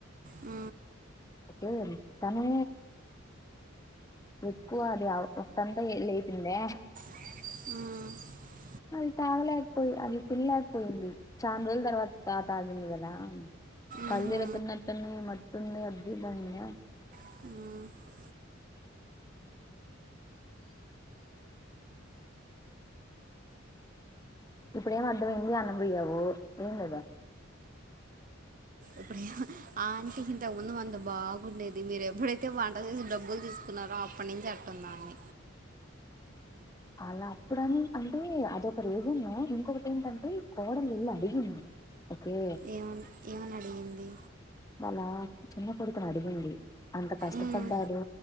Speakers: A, on the right; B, on the left.
A: ఊ
B: ఒసేయ్ తను ఎక్కువ అది పొట్టంతా ఎ లేసిందే
A: ఆ
B: అది తాగలేకపోయి అది తినలేకపోయింది చానా రోజుల తర్వాత త తాగింది కదా కళ్లు
A: ఉహు
B: తిరుగుతున్నట్టు ఉన్నయి మత్తు ఉంది అది ఇది దాన్య
A: ఆ
B: ఇప్పుడ ఏం అర్ధమైంది అనంబయ్యవు ఏందదా
A: ఎప్పుడు ఆ ఆంటి ఇంతకుముందు అంత బాగుండేది మీరు ఎప్పుడైతే వంట చేసి డబ్బులు తీసుకున్నారో అప్పటి నుంచి అట్టుందామె
B: అలా అప్పుడని అంటే అద ఒక రీజన్ ఇంకొకటి ఏంటంటే కోడలు ఎల్లి అడిగింది ఓకే
A: ఏమన్ ఏమని అడిగింది
B: వాళ్ళ చిన్న కొడుకును అడిగింది అంత కష్టపడ్డారు
A: ఉమ్